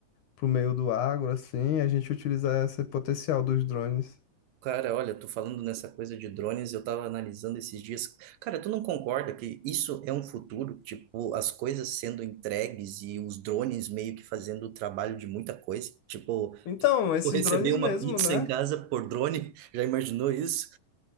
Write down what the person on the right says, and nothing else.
Cara, olha, tu falando nessa coisa de drones, eu tava analisando esses dias. Cara, tu não concorda que isso é um futuro? Tipo, as coisas sendo entregues e os drones meio que fazendo o trabalho de muita coisa. Tipo,
tu receber
uma
pizza
em casa por drone, <laughs> já imaginou isso?